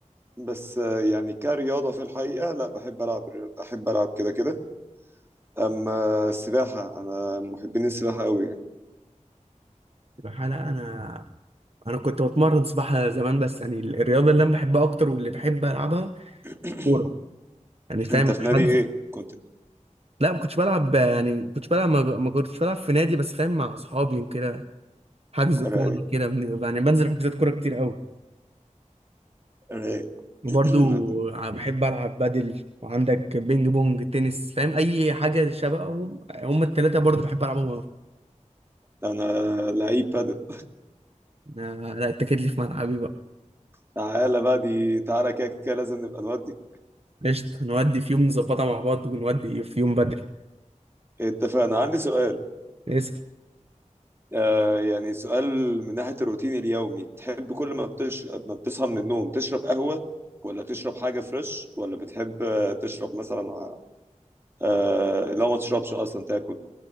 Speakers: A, on the right; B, on the right.
A: بس آه، يعني كرياضه في الحقيقه لا بحب العب بحب العب كده كده اما السباحه انا من محبين السباحه قوي يعني
B: الحقيقة لا انا انا كنت بتمرن سباحة زمان بس يعني الرياضة اللي انا بحبها اكتر واللي بحب العبها
A: <clears throat>
B: كورة يعني فاهم
A: انت في
B: حجز
A: نادي ايه كنت
B: لا ما كنتش بلعب يعني ما كنتش بلعب ما ما كنتش بلعب في نادي بس فاهم مع اصحابي وكده حجز
A: رايق
B: كورة كده بن- يعني بنزل حجوزات كورة كتير قوي
A: رايق
B: وبرضو
A: <clears throat>
B: ع- بحب العب بدل وعندك بينج بونج تنس فاهم اي حاجة شبههم هم التلاتة برضو بحب العبهم قوي
A: انا لعيب بادل
B: لا لا، اتكد لي في ملعبي بقى
A: تعالى بقى دي تعالى كده كده لازم نبقى نودي
B: قشطة نودي في يوم نظبطها مع بعض ونودي في يوم بدري
A: اتفقنا عندي سؤال
B: اسأل
A: آه يعني سؤال من ناحية الروتين اليومي تحب كل ما بتش... ما بتصحى من النوم تشرب قهوة ولا تشرب حاجة فريش ولا بتحب آه، تشرب مثلا آه... لو ما تشربش أصلا تاكل